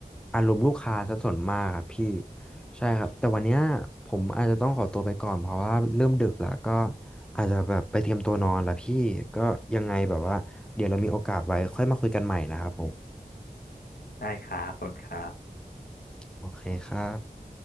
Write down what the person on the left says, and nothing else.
ได้ครับขอบคุณครับ